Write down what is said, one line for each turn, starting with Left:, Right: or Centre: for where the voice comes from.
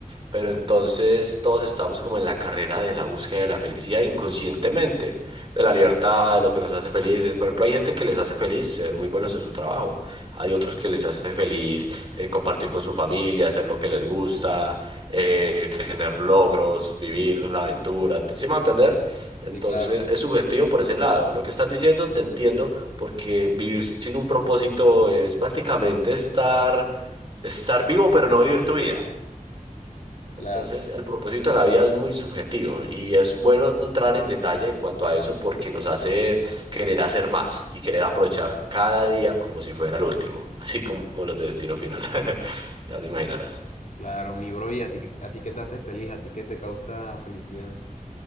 Right: Pero entonces todos estamos como en la carrera de la búsqueda de la felicidad inconscientemente, de la libertad, de lo que nos hace felices. Por ejemplo, hay gente que les hace feliz ser muy buenos en su trabajo. Hay otros que les hace feliz eh, compartir con su familia, hacer lo que les gusta, eh, tener logros, vivir la aventura. ¿Sí me va a entender? Entonces
Left: Sí, claro,
Right: es subjetivo por ese lado. Lo que estás diciendo te entiendo porque vivir sin un propósito es prácticamente estar, estar vivo pero no vivir tu vida.
Left: claro,
Right: Entonces, el propósito de la vida es muy subjetivo y es bueno entrar en detalle en cuanto a eso porque nos hace querer hacer más y querer aprovechar cada día como si fuera el último, <laughs> así como los de destino final. <laughs> Ya te imaginarás.
Left: claro, mi bro, y a ti, a ti qué te hace feliz, a ti qué te causa felicidad.